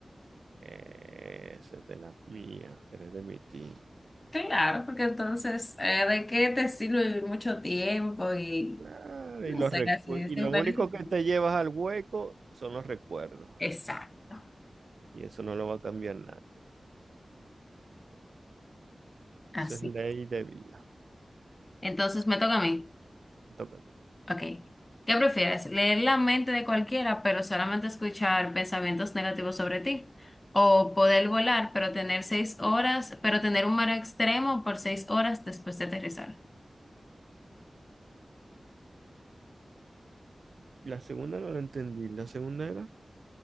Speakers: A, on the right; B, on the left.
A: Esa es de la mía, eres de mi team.
B: Claro, porque entonces, eh, ¿de qué te sirve vivir mucho tiempo y
A: Claro,
B: no
A: y los
B: sé,
A: recu-
B: así es
A: y lo
B: imperecible?
A: único que te llevas al hueco son los recuerdos.
B: Exacto,
A: Y eso no lo va a cambiar nadie.
B: así.
A: Eso es ley de vida.
B: Entonces me toca a mí.
A: Te toca a ti.
B: Ok. ¿Qué prefieres? ¿Leer la mente de cualquiera, pero solamente escuchar pensamientos negativos sobre ti? ¿O poder volar, pero tener seis horas, pero tener un mareo extremo por seis horas después de aterrizar?
A: La segunda no la entendí. La segunda era.